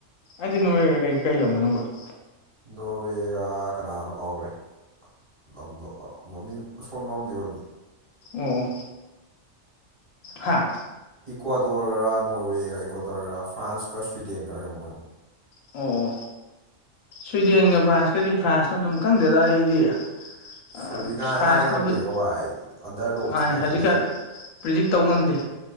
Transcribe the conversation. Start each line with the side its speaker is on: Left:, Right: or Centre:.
Left: ꯅꯠꯇꯦ ꯅꯣꯔꯋꯦꯒ ꯀꯩ ꯀꯩ ꯂꯝꯒꯅꯣꯕ ꯫
Right: ꯅꯣꯔꯋꯦꯒꯥ ꯀꯅꯥꯒꯅꯣ ꯀꯥꯎꯒꯔ꯭ꯦ ꯫ ꯂꯝꯗꯣ ꯑꯃꯃꯤꯡ ꯑꯁꯣꯟꯕ ꯑꯝꯗꯤ ꯑꯣꯏꯕꯅꯤ ꯫
Left: ꯑꯣ ꯑꯣ ꯍꯥꯥ
Right: ꯏꯀꯋ꯭ꯥꯗꯣꯔꯒꯔꯥ ꯅꯣꯔꯋꯦꯒ ꯏꯀꯋ꯭ꯥꯗꯣꯔꯒꯔꯥ ꯐ꯭ꯔꯥꯟꯁꯀ ꯁ꯭ꯋꯤꯗꯦꯟꯒꯔꯥ ꯀꯩꯅꯣꯝ ꯑꯣꯏꯕꯅꯤ ꯫
Left: ꯑꯣ ꯁ꯭ꯋꯤꯗꯦꯟꯒ ꯐ꯭ꯔꯥꯟꯁꯀꯗꯤ ꯐ꯭ꯔꯥꯟꯁꯅ ꯑꯗꯨꯝ ꯈꯪꯗꯦꯗ ꯑꯩꯗꯤ ꯫
Right: ꯁꯨꯔꯤ
Left: ꯑꯑ
Right: ꯀꯥꯏ
Left: ꯐ꯭ꯔꯥꯟꯁꯅꯕꯨꯠ
Right: ꯍꯥꯏ ꯉꯝꯗ꯭ꯔꯦꯀꯣ ꯚꯥꯏ ꯑꯟꯗꯔꯗꯣꯛ
Left: ꯃꯥꯅꯦ
Right: ꯊꯤꯅ
Left: ꯍꯧꯖꯤꯛꯀꯥꯟ
Right: ꯈꯜꯂꯛꯏ
Left: ꯫ ꯄ꯭ꯔꯤꯗꯤꯛ ꯇꯧ ꯉꯝꯗꯦ